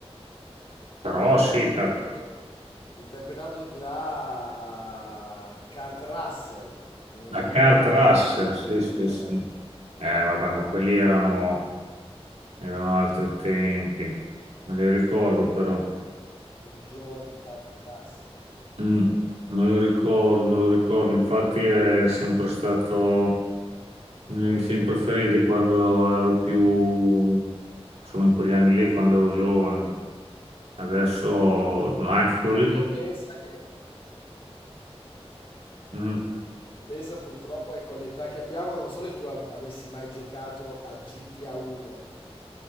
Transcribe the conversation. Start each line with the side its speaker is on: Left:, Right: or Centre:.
Right: Però sì, ca-
Left: Interpre- interpretato da Kurt Russell, uno
Right: da
Left: degli
Right: Kurt
Left: attori
Right: Russell,
Left: preferiti
Right: sì,
Left: di
Right: sì,
Left: Tarantino,
Right: sì. Eh, vabbè, ma quelli erano, erano altri tempi, me li ricordo però.
Left: un giovane Kurt Russell.
Right: Mm, me lo ricordo, me lo ricordo, infatti è sempre stato... I miei film preferiti quando ero più, insomma, in quegli anni lì, quando ero giovane. Adesso anche quello
Left: Beh, come
Right: lì.
Left: pensa che...
Right: mm.
Left: Pensa purtroppo che con l'età che abbiamo, non so se tu ab- avessi mai giocato a GTA 1,